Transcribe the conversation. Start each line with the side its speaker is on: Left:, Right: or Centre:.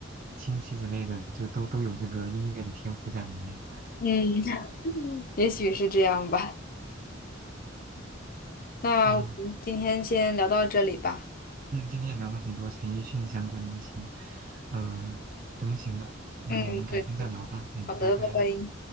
Right: 亲戚之类的，就都都有这个音乐的天赋在里面。
Left: 嗯，<laughs> 也许是这样吧。
Right: 嗯
Left: 那我们今天先聊到这里吧。
Right: 嗯，嗯今天也聊了很多陈奕迅相关的一些呃东西呢，那我们改天再聊吧。
Left: 嗯，对对。
Right: 嗯，
Left: 好的，
Right: 拜拜了。
Left: 拜拜。